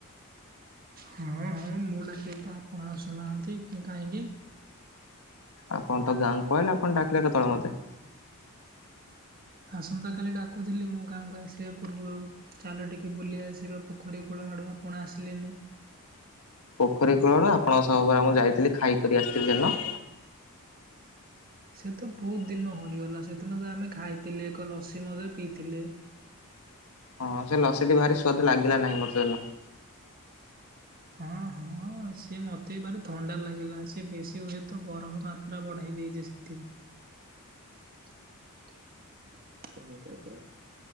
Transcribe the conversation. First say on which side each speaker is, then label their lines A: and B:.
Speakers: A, on the right; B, on the left.
A: ହଁ ହଁ ମୁଁ ଡାକିଲି ତ ଆପଣ ଆସୁନାହାଁନ୍ତି କି କାହିଁକି?
B: ଆପଣ ତ ଗାଁ କୁ କଇନେ ଆପଣ ଡାକିଲେ କେତେବେଳେ ମୋତେ?
A: ଆସନ୍ତାକାଲି ଡାକୁଥିଲି ମୁଁ ଗାଁକୁ ଆସିବା ପୂର୍ବରୁ। ଚାଲ ଟିକେ ବୁଲି ଆସିବା ପୋଖରୀ କୂଳ ଆଡ଼ୁ ଆପଣ ଆସିଲେନି?
B: ପୋଖରୀ କୂଳରୁ ଆପଣଙ୍କ ସହ ପରା ମୁଁ ଯାଇଥିଲି ଖାଇକରି ଆସିଥିଲି ସେଦିନ।
A: ସେ ତ ବହୁତ ଦିନ ହୋଇଗଲା ସେଦିନ ତ ଆମେ ଖାଇଥିଲେ ଏକ ଲସି ମଧ୍ୟ ପିଇଥିଲେ।
B: ହଁ ସେ ଲସିଟି ଭାରି ସୁ୍ୱାଦ ଲାଗିଲା ନାହିଁ ମତେ ସେଦିନ।
A: ହଁ ହଁ। ହଁ ସିଏ ମତେ ବି ବାର ଥଣ୍ଡା ଲାଗିଲା ସେ ବେଶୀ ହୁଏତ ବରଫ ମାତ୍ରା ବଢେଇ ଦେଇଛି ସେଥିରେ। <unintelligible>